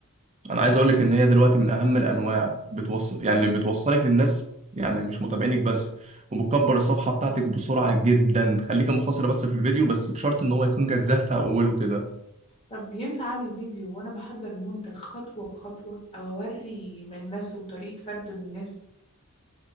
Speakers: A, on the right (about 30°); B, on the left (about 25°).
A: انا عايز اقول لك ان هي دلوقتي من اهم الانواع بتوصل يعني اللي بتوصلك للناس يعني مش متابعينك بس وبتكبر الصفحه بتاعتك بسرعه جدا خليكي مختصره بس في الفيديو بس بشرط ان هو يكون جذاب في اوله كده
B: طب ينفع أعمل فيديو وأنا بحضر المنتج خطوة بخطوة أو أوري ملمسه وطريقة فرده للناس؟